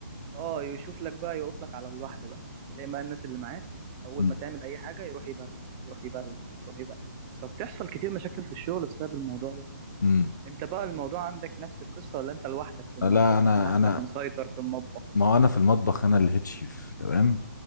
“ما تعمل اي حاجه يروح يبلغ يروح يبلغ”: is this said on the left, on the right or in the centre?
Right